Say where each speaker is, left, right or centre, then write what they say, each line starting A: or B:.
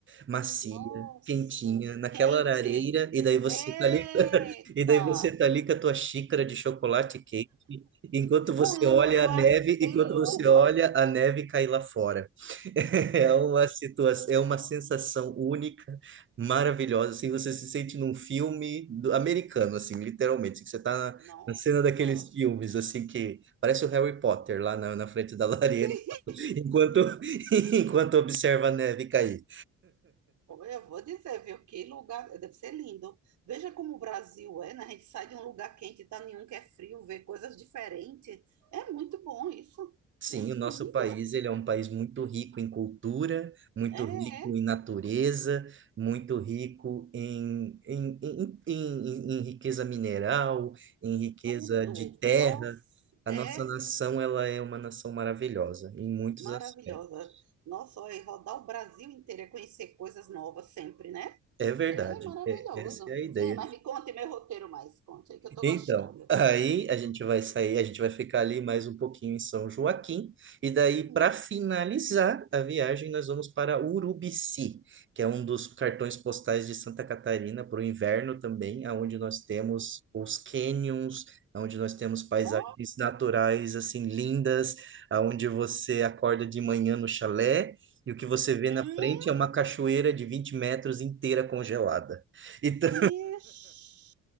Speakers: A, on the right (about 40°); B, on the right (about 75°).
A: macia,
B: Nossa,
A: quentinha, naquela
B: quente.
A: areira, e daí você
B: Eita!
A: tá ali, <laughs> e daí você tá ali com a tua xícara de chocolate quente, enquanto você
B: Com luva,
A: olha a neve, enquanto
B: bem luva.
A: você olha a neve cair lá fora. <laughs> É uma
B: Nossa,
A: situação, é
B: nossa,
A: uma sensação única, maravilhosa, assim, você se sente num filme do- americano, assim, literalmente, assim, que você tá na,
B: nossa.
A: na cena daqueles filmes, assim, que parece o Harry Potter lá na, na frente da lareira,
B: Sim,
A: <laughs> enquanto, <laughs> enquanto observa a neve cair.
B: olha, eu vou dizer, viu, que lugar, deve ser lindo. Veja como o Brasil é, né? A gente sai de um lugar quente e tá em um que é frio, vê coisas diferentes. É muito bom isso.
A: Sim,
B: Muito
A: o nosso
B: lindo.
A: país, ele é um país muito rico em cultura, muito
B: É,
A: rico
B: é
A: em natureza, muito rico em, em, em, em, em- em riqueza mineral, em riqueza
B: tudo.
A: de terra.
B: Nossa,
A: A
B: é
A: nossa nação, ela é uma nação maravilhosa em muitos
B: maravilhosa.
A: aspectos.
B: Nossa, olha, e rodar o Brasil inteiro é conhecer coisas novas sempre, né?
A: É verdade,
B: É maravilhoso.
A: é- essa é a ideia.
B: Sim, mas me conte meu roteiro mais. Conte aí que eu tô
A: Então,
B: gostando.
A: aí a gente vai sair, a gente vai ficar ali mais um pouquinho em São Joaquim, e daí,
B: Hum.
A: para finalizar a viagem, nós vamos para Urubici, que é um dos cartões postais de Santa Catarina para o inverno também, aonde nós temos os cânions, onde nós temos paisagens
B: Ó,
A: naturais assim lindas, aonde você acorda de manhã no chalé. E o que você vê
B: hum,
A: na frente é uma cachoeira de 20 metros inteira congelada.
B: vixe.
A: Então,